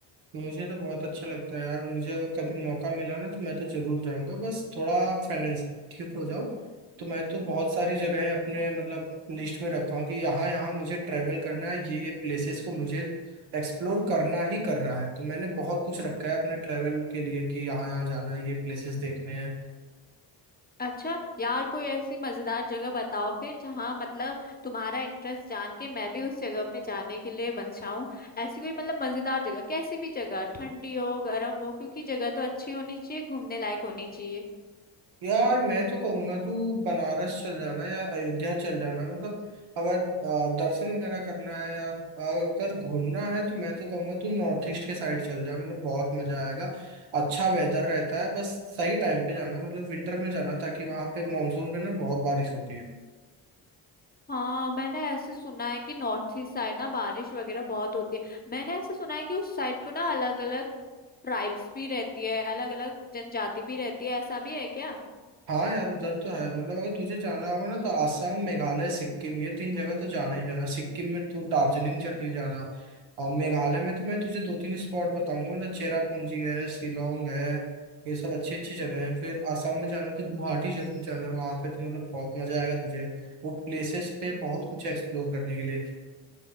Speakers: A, on the right; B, on the left.
A: मुझे तो बहुत अच्छा लगता है यार मुझे अगर कभी मौका मिला ना तो मैं तो जरूर जाऊंगा बस थोड़ा फाइनेंस ठीक हो जाओ तो मैं तो बहुत सारी जगहें अपने मतलब लिस्ट में रखा हूँ कि यहाँ यहाँ मुझे ट्रैवल करना है ये ये प्लेसेस को मुझे एक्सप्लोर करना ही करना है तो मैंने बहुत कुछ रखा है अपने ट्रैवल के लिए कि यहाँ यहाँ जाना है ये प्लेसेस देखने हैं
B: अच्छा यार कोई ऐसी मजेदार जगह बताओ फिर जहाँ मतलब तुम्हारा इंटरेस्ट जान के मैं भी उस जगह पे जाने के लिए मनचाहूँ ऐसी कोई मतलब मजेदार जगह कैसी भी जगह ठंडी हो गर्म हो क्योंकि जगह तो अच्छी होनी चाहिए घूमने लायक होनी चाहिए
A: यार मैं तो कहूंगा तू बनारस चल जाना या अयोध्या चल जाना मतलब अगर अ, दर्शन वगैरह करना है या अगर घूमना है तो मैं तो कहूंगा तू नॉर्थ ईस्ट के साइड चल जा मतलब बहुत मजा आएगा अच्छा वेदर रहता है बस सही टाइम पे जाना मतलब विंटर में जाना ताकि वहां पे मानसून पे ना बहुत बारिश होती है
B: हाँ मैंने ऐसे सुना है कि नॉर्थ ईस्ट साइड ना बारिश वगैरह बहुत होती है मैंने ऐसे सुना है कि उस साइड को ना अलग अलग ट्राइब्स भी रहती है अलग अलग जनजाति भी रहती है ऐसा भी है क्या
A: हाँ यार उधर तो है मतलब अगर तुझे जाना होगा ना तो आसाम मेघालय सिक्किम ये तीन जगह तो जाना ही जाना सिक्किम में तू दार्जिलिंग चली जाना और मेघालय में तो मैं तुझे दो तीन स्पॉट बताऊंगा मतलब चेरापूंजी है शिलोंग है ये सब अच्छी अच्छी जगह है फिर आसाम में जाना तो गुवाहाटी जरूर जाना वहाँ पे तो मतलब बहुत मजा आएगा तुझे वो प्लेसेस पे बहुत कुछ एक्सप्लोर करने के लिए